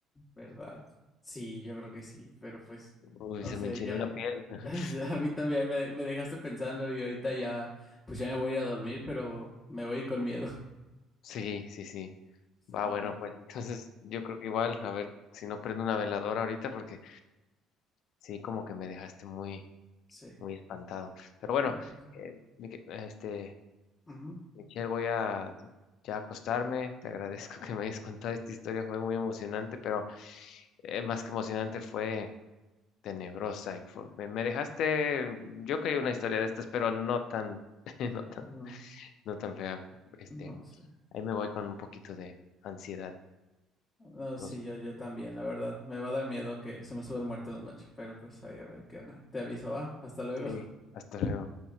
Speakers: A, on the left; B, on the left.
A: ¿Verdad? Sí, yo creo que sí, pero pues,
B: Uy,
A: no
B: se
A: sé,
B: me enchinó
A: ya,
B: la piel. <laughs>
A: <laughs> a mí también me, me dejaste pensando y ahorita ya, pues ya me voy a ir a dormir, pero me voy a ir con miedo. <laughs>
B: Sí, sí, sí.
A: Está
B: Va, bueno,
A: bueno.
B: pues entonces yo creo que igual, a ver si no prendo una veladora ahorita porque sí, como que me dejaste muy,
A: Sí,
B: muy espantado. Pero bueno,
A: no, pues, ah,
B: eh, Mique- este,
A: ujú,
B: Michelle, voy a ya acostarme. Te agradezco <laughs> que me hayas contado esta historia, fue muy emocionante, pero eh, más que emocionante fue tenebrosa. y fu- me, me dejaste, yo quería una historia de estas, pero no tan, <laughs> no tan,
A: ujú,
B: no tan fea. Este,
A: no sé.
B: ahí me voy con un poquito de ansiedad.
A: No, sí,
B: Los-
A: yo, yo también, la verdad. Me va a dar miedo que se me suba el muerto en la noche, pero pues ahí a ver qué onda. Te aviso, va. Hasta luego.
B: sí, hasta luego.